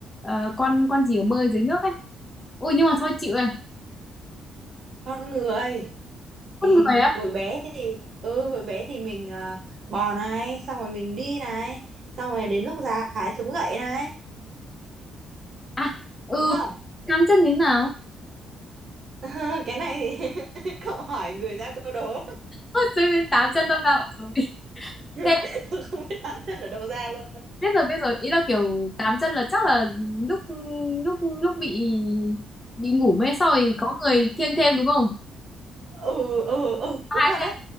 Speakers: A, on the left; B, on the right.
A: Ờ, con con gì ở bơi dưới nước ấy ui nhưng mà thôi chịu rồi
B: con người
A: con
B: thì
A: người á
B: hồi bé thì ừ hồi bé thì mình ờ, bò này xong rồi mình đi này xong rồi đến lúc già phải chống gậy này
A: à ừ
B: đúng không
A: tám chân thế nào <laughs>
B: <laughs> cái này thì <laughs> cậu hỏi người ra câu đố
A: Ôi, Tự tám chân đâu ra vậy rồi <laughs>
B: <laughs>
A: thế
B: tôi không biết tám chân ở đâu ra luôn
A: biết rồi biết rồi ý là kiểu tám chân là chắc là lúc lúc lúc bị bị ngủ mê xong rồi có người kiêng thêm đúng không
B: ừ ừ ừ
A: Có
B: đúng
A: hai
B: rồi
A: thêm
B: đấy